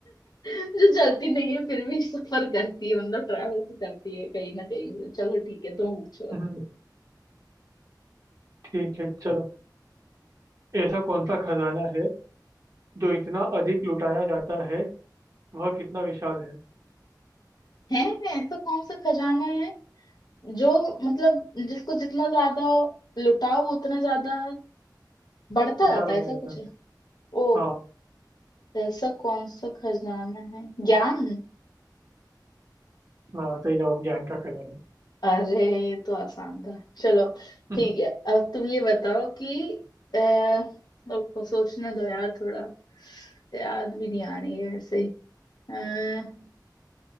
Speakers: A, on the left; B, on the right.
A: जो चलती नहीं है फिर भी सफर करती है मतलब ट्रैवल तो करती है कहीं ना कहीं से। चलो ठीक है तुम पूछो
B: <laughs> ठीक है चलो ऐसा कौन सा खजाना है जो इतना अधिक लुटाया जाता है वह कितना विशाल है
A: है ऐसा कौन सा खजाना है जो मतलब जिसको जितना ज्यादा लुटाओ वो उतना ज्यादा बढ़ता
B: विशाल
A: जाता
B: होता
A: है ऐसा
B: जाता
A: कुछ
B: है
A: है ओ
B: हाँ
A: ऐसा कौन सा खजाना है ज्ञान
B: हाँ सही जवाब ज्ञान का खजाना
A: अरे ये तो आसान था चलो
B: <laughs>
A: ठीक है अब तुम ये बताओ कि अह, रुको सोचने दो यार थोड़ा याद भी नहीं आ रही है ऐसे अह,